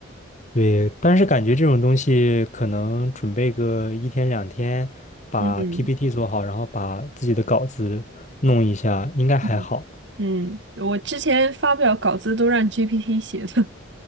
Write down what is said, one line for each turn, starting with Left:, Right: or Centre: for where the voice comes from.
Left: 对，但是感觉这种东西可能准备个一天两天，把
Right: 嗯
Left: PPT 做好，然后把自己的稿子弄一下，应该还好，
Right: 嗯嗯，我之前发表稿子都让 GPT 写的，